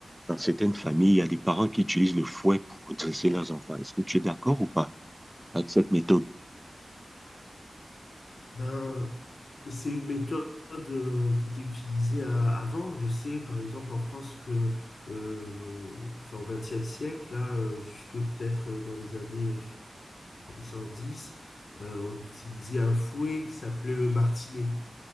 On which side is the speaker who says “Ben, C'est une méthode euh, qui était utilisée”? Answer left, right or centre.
Left